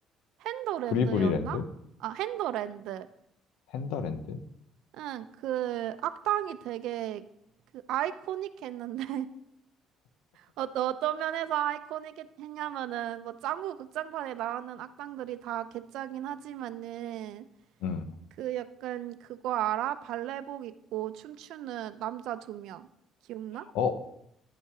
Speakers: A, on the right (about 75°); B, on the left (about 85°).
A: 핸더랜드였나?
B: 부리부리랜드?
A: 아, 핸더랜드.
B: 핸더랜드?
A: 응, 그 악당이 되게 그 아이코닉했는데 어, 또 어떤 면에서 아이코닉했냐면은 뭐 짱구 극장판에 나오는 악당들이 다 개짜긴 하지만은
B: 음.
A: 그 약간 그거 알아? 발레복 입고 춤추는 남자 두 명. 기억나?
B: 어,